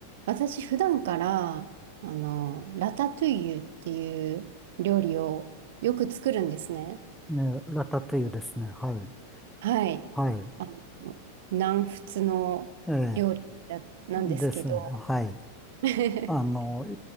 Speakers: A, on the right; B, in the centre.
A: 私普段から、あの、ラタトゥイユっていう料理をよく作るんですね。
B: ね、ラタトゥイユですね。はい。
A: はい。
B: はい。
A: あの、南仏の料理だなんですけど。
B: ええ、ですね。はい。
A: <laughs>
B: あの、い